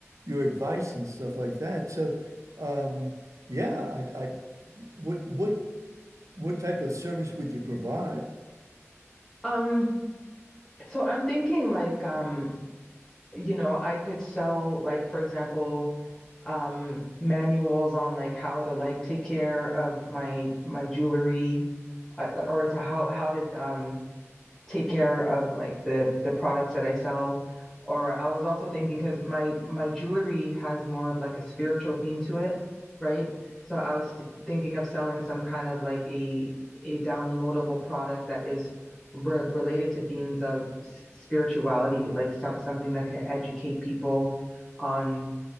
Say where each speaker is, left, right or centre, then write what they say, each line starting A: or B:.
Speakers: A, on the right (about 80°); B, in the centre.
A: your advice and stuff like that. So, um, yeah, I, I what what what type of service would you provide?
B: Um, so I'm thinking like um you know, I could sell like, for example, um, manuals on like how to like take care of my my jewelry, uh, or to how how to um take care of like the the products that I sell. Or I was also thinking because my my jewelry has more of like a spiritual theme to it, right? So I was th- thinking of selling some kind of like a a downloadable product that is re- related to themes of s- spirituality, like some something that could educate people on